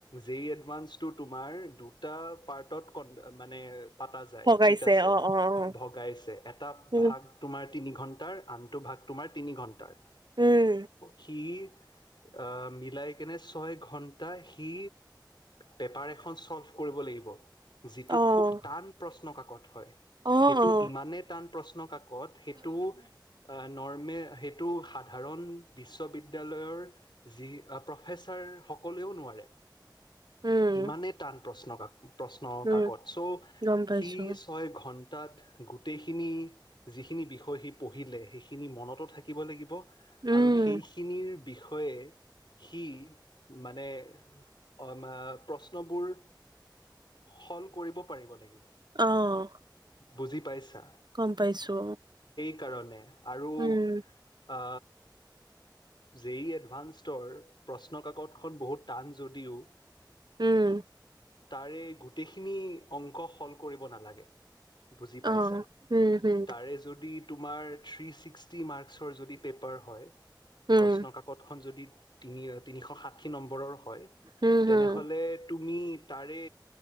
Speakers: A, on the left; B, on the right.
A: জেই এডভানচটো তোমাৰ দুটা পাৰ্টত কণ মানে পাতা যায়
B: ভগাইছে
A: ঠিক আছে
B: অ', অ', অ',
A: ভগাইছে এটা
B: উম,
A: ভাগ তোমাৰ তিনি ঘণ্টা তাৰ আনটো ভাগ তোমাৰ তিনি ঘণ্টাৰ চ'
B: উম,
A: সি অ ম মিলাই কিনে ছয় ঘণ্টা টা সি পেপাৰ এখন চলভ কৰিব লাগিব যিটো
B: অ',
A: খুব টান প্ৰশ্ন কাক কত হয়
B: অ',
A: সেইটো
B: অ',
A: ইমানে টান প্ৰশ্ন কাকত সেইটো নৰৰ্মে সেই এইটো সাধাৰণ বিশ্ববিদ্যালয়ৰ যি প্ৰফেচাৰ সকলেও নোৱাৰে
B: উম,
A: ইমানেই টান প্ৰশ্ন কাকত প্ৰশ্ন
B: উম,
A: কাকত চ'
B: গম পাইছো,
A: সি ছয় ঘন্টা তাত গোটেইখিনি যিখিনি বিষয় সি পঢ়িলে সেইখিনি মনতো থাকিব লাগিব
B: উম,
A: আৰু সেইখিনিৰ বিষয়ে সি মানে অ মা প্ৰস্তত প্ৰশ্নবোৰ হল কৰিব পাৰিব লাগিব
B: আহ
A: বুজি পাইছা
B: গম পাইছো
A: কাৰণে আৰু
B: উম,
A: আ জেই ই এডভাননৰ প্ৰশ্ন কাকতখন বহুত টান যদিও
B: উম
A: তাৰে গোটেইখিনি অংক সল কৰিব নালাগে বুজি পাইছা
B: অ', উম, হুম,
A: তাৰে যদি তোমাৰ থ্ৰি ছিক্সট্ৰি মাক্সৰ যদি পেপাৰ হয়
B: উম,
A: প্ৰশ্ন কাকত খন যদি তিনিৰ তিনিশ ষাঠি নম্বৰৰ । হয়
B: হুম,
A: তেনে
B: হুম,
A: । হ'লে তুমি। তাৰে